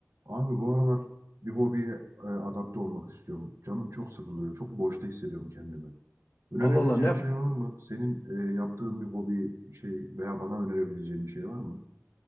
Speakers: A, on the right; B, on the left.
A: Abi bu aralar bir hobiye e, adapte olmak istiyorum. Canım çok sıkılıyor. Çok boşta hissediyorum kendimi. Önerebileceğim
B: Allah Allah ne yap?
A: bir şey var mı? Senin e, yaptığın bir hobi bir şey veya bana önerebileceğin bir şey var mı?